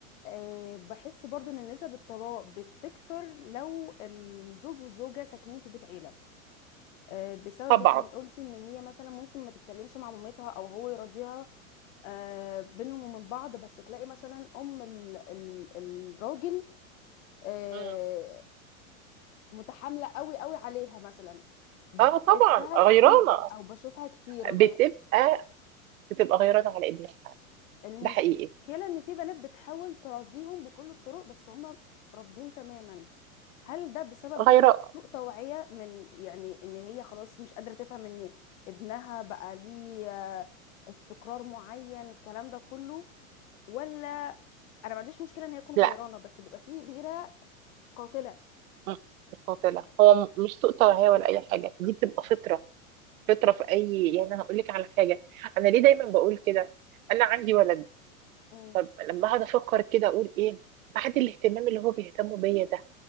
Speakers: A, on the left (about 65°); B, on the right (about 70°).
A: آه، بحس برضو ان نسب الطلاق بتكتر لو الزوج والزوجة ساكنين في بيت عيلة آه، بسبب
B: طبعا
A: ان قلت ان هي مثلا ممكن ما تتكلمش مع مامتها او هو يراضيها آه، بينهم وبين بعض بس تلاقي مثلا ام ال- ال- الراجل آه،
B: مم.
A: متحاملة قوي قوي عليها مثلا بحسها
B: اه طبعا
A: كتير
B: غيرانه
A: او بشوفها كتير غير
B: بتبقى بتبقى غيرانه على ابنها
A: المشكلة
B: ده حقيقي
A: ان في بنات بتحاول تراضيهم بكل الطرق بس هم رافضين تماما هل ده بسبب
B: غيرانه
A: سوء توعية من يعني ان هي خلاص مش قادرة تفهم ان ابنها بقى ليه آه، استقرار معين الكلام ده كله ولا انا ما عنديش مشكلة ان هي تكون
B: لا
A: غيرانة بس بيبقى فيه غيرة قاتلة
B: مم. مش قاتله هو مش سوء توعيه ولا اي حاجه دي بتبقى فطره فطره في اي يعني انا هقول لك على حاجه انا ليه دايما بقول كده انا عندي ولد
A: مم.
B: طب لما اقعد افكر كده اقول ايه بعد الاهتمام اللي هو بيهتموا بيا ده